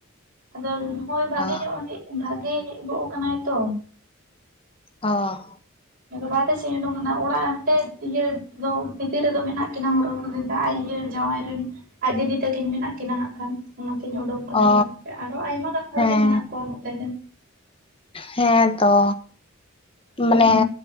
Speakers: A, on the right; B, on the left.
A: ᱟᱫᱚ ᱦᱳᱭ ᱵᱷᱟᱜᱮ
B: ᱚ
A: ᱧᱚᱜ ᱦᱮᱡ ᱵᱷᱟᱜᱮ ᱦᱮᱡ ᱜᱚᱜ ᱠᱟᱱᱟᱭ ᱛᱚ
B: ᱚ
A: ᱵᱟᱦᱨᱮ ᱥᱮᱜᱤᱧ ᱳᱰᱳᱠᱱᱟ ᱚᱲᱟᱜ ᱦᱟᱸᱰᱮ ᱤᱭᱟᱹ ᱫᱚ᱾ ᱵᱷᱤᱛᱤᱨ ᱨᱮᱫᱚ ᱢᱮᱱᱟᱜ ᱠᱤᱱᱟ ᱦᱚᱨᱦᱚ ᱫᱟ ᱟᱡ ᱡᱟᱶᱟᱭ ᱨᱮᱱ ᱟᱡ ᱫᱤᱫᱤ ᱛᱟᱹᱠᱤᱱ ᱢᱮᱱᱟᱜ ᱠᱤᱱᱟ ᱦᱟᱸᱜ ᱠᱷᱟᱱ ᱚᱱᱟᱛᱮᱧ ᱩᱰᱩᱝ ᱟᱠᱟᱱᱟ
B: ᱚ
A: ᱤᱧᱹᱚᱛ ᱟᱨᱚ ᱟᱭᱢᱟ ᱜᱟᱱ ᱦᱚᱲᱜᱮ
B: ᱦᱮᱸ
A: ᱢᱮᱱᱟᱜ ᱠᱚᱣᱟ ᱱᱚᱛᱮ ᱨᱮ᱾
B: ᱦᱮᱸ ᱛᱚ
A: ᱦᱩᱸ
B: ᱢᱟᱱᱮ